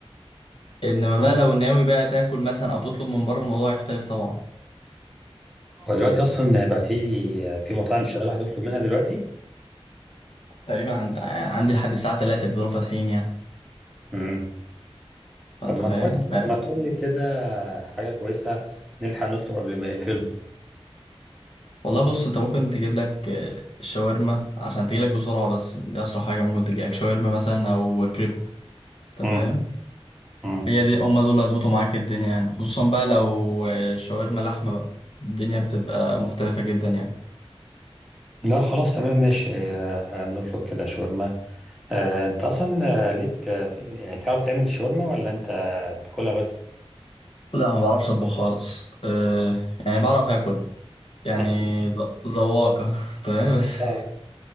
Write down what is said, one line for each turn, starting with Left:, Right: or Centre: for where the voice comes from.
Left: انما بقى لو ناوي بقى تاكل مثلا او تطلب من بره الموضوع هيختلف طبعا
Centre: ودلوقتي اصلا بقى في في مطاعم شغاله هتطلب منها دلوقتي
Left: تقريبا عند... عندي لحد الساعة 3 بيفضلوا فاتحين يعني
Centre: امم
Left: فانت
Centre: طب ما
Left: فاهم
Centre: كويس
Left: ف...
Centre: طب ما تقول لي كده حاجه كويسه نلحق نطلب قبل ما يقفلوا
Left: والله بص انت ممكن تجيب لك آه، شاورما عشان تجيلك بسرعة بس دي أسرع حاجة ممكن تجيلك شاورما مثلا أو كريب انت
Centre: امم
Left: فاهم
Centre: امم
Left: هي دي هما دول اللي هيظبطوا معاك الدنيا يعني خصوصا بقى لو آه، شاورما لحمة بقى الدنيا بتبقى مختلفة جدا يعني
Centre: لا خلاص تمام ماشي آه، نطلب كده شاورما آه، انت اصلا آه، ليك آه، في- يعني تعرف تعمل شاورما ولا انت تاكلها بس
Left: لا ما بعرفش اطبخ خالص أه يعني بعرف اكل يعني
Centre: اه
Left: ذ- ذواقة <laughs> تمام بس
Centre: <laughs>